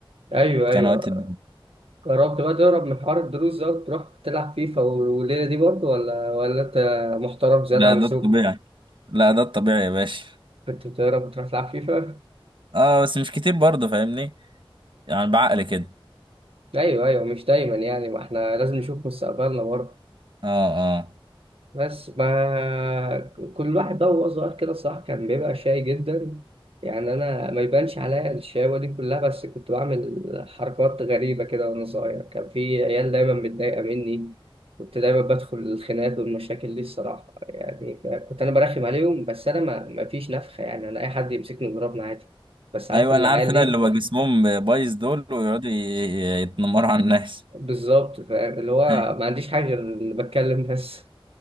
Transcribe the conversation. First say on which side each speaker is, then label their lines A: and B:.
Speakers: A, on the right; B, on the right.
A: ايوه ايوه
B: كان وقت الد-
A: جربت بقى تهرب من حوار الدروس ده وتروح تلعب فيفا والليله دي برضه ولا ولا انت محترم زياده
B: لا
A: عن
B: ده
A: اللزوم
B: الطبيعي لا ده الطبيعي يا باشا
A: كنت بتهرب وتروح تلعب فيفا
B: اه بس مش كتير برضه فاهمني يعني بعقل كده
A: ايوه ايوه مش دايما يعني ما احنا لازم نشوف مستقبلنا برضه
B: اه اه
A: بس ما كل واحد بقى وهو صغير كده صح كان بيبقى شاي جدا يعني انا ما يبانش عليا الشقاوة دي كلها بس كنت بعمل حركات غريبة كده وانا صغير كان في عيال دايما متضايقة مني كنت دايما بدخل الخناقات والمشاكل دي الصراحة يعني كنت انا برخم عليهم بس انا ما, ما فيش نفخة يعني انا اي حد يمسكني يضربني عادي بس عارف
B: ايوه
A: العيال
B: انا عارف ان
A: دي
B: اللي بقى جسمهم بايظ دول ويقعدوا ي- ي- يتنمروا على الناس
A: بالظبط فاهم اللي هو
B: <laughs>
A: ما عنديش حاجة غير إني بتكلم بس